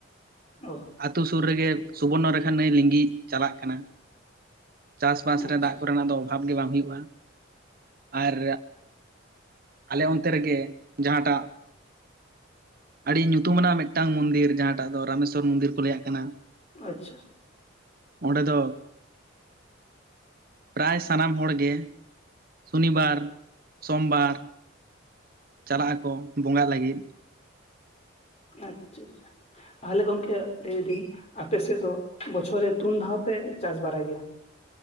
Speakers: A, on the left (about 30°); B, on the right (about 45°).
A: ᱚ
B: ᱟᱛᱳ ᱥᱩᱨ ᱨᱮᱜᱮ ᱥᱩᱵᱚᱨᱱᱚ ᱨᱮᱠᱷᱟ ᱱᱟᱹᱭ ᱞᱤᱸᱜᱤ ᱪᱟᱞᱟᱜ ᱠᱟᱱᱟ, ᱪᱟᱥᱵᱟᱥ
A: ᱟᱪᱪᱷᱟ
B: ᱨᱮ ᱫᱟᱜ ᱠᱚᱨᱮᱱᱟᱜ ᱫᱚ ᱚᱵᱷᱟᱵᱽ ᱜᱮ ᱵᱟᱝ ᱦᱩᱭᱩᱜᱼᱟ ᱟᱨᱼᱼ ᱟᱞᱮ ᱚᱱᱛᱮ ᱨᱮᱜᱮ ᱡᱟᱦᱟᱸᱴᱟᱜᱼᱼ ᱟᱹᱰᱤ ᱧᱩᱛᱩᱢᱟᱱᱟᱜ ᱢᱤᱫᱴᱟᱝ ᱢᱚᱱᱫᱤᱨ ᱡᱟᱦᱟᱸᱴᱟᱜ ᱫᱚ ᱨᱟᱢᱮᱥᱥᱚᱨ ᱢᱚᱱᱫᱤᱨ ᱠᱚ ᱞᱟᱹᱭᱟᱜ ᱠᱟᱱᱟ᱾
A: ᱟᱪᱪᱷᱟ᱾
B: ᱚᱸᱰᱮ ᱫᱚ᱾ ᱯᱨᱟᱭ ᱥᱟᱱᱟᱢ ᱦᱚᱲ ᱜᱮ ᱥᱚᱱᱤᱵᱟᱨ ᱥᱚᱢᱵᱟᱨᱼᱼ ᱪᱟᱞᱟᱜ ᱟᱠᱚ ᱵᱚᱸᱜᱟᱜ ᱞᱟᱹᱜᱤᱫ᱾
A: ᱟᱪᱪᱷᱟ ᱟᱪᱪᱷᱟ᱾ ᱛᱟᱦᱚᱞᱮ ᱜᱚᱝᱠᱮ ᱞᱟᱹᱭᱫᱟᱹᱧ ᱟᱯᱮᱥᱮᱫ ᱫᱚ ᱵᱚᱪᱷᱚᱨ ᱨᱮ ᱛᱩᱱ ᱫᱷᱟᱣ ᱯᱮ ᱪᱟᱥ ᱵᱟᱲᱟᱭ ᱜᱮᱭᱟ?